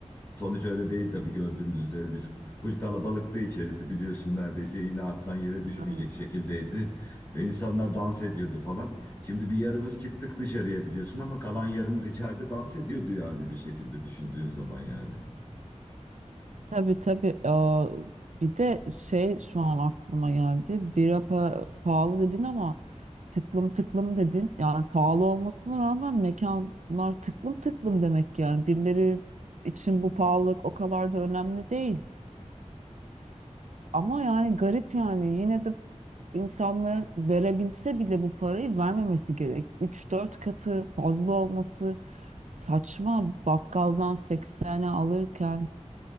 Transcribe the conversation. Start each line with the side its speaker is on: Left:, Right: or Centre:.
Left: Sonuç öyle değil tabii gördüğümüz üzere biz full kalabalıktı içerisi biliyorsun neredeyse iğne atsan yere düşmeyecek
Right: Evet.
Left: şekildeydi. Ve insanlar dans ediyordu falan. Şimdi bir yarımız çıktık dışarıya biliyorsun ama kalan yarımız içeride dans ediyordu yani bir şekilde düşündüğün zaman yani.
Right: Tabii tabii. Aa, bir de şey şu an aklıma geldi. Bira pa- pahalı dedin ama tıklım tıklım dedin. Yani pahalı olmasına rağmen mekanlar tıklım tıklım demek yani. Birileri için bu pahalılık o kadar da önemli değil. Ama yani garip yani yine de insanlığı verebilse bile bu parayı vermemesi gerek. Üç dört katı fazla olması saçma. Bakkaldan 80'e alırken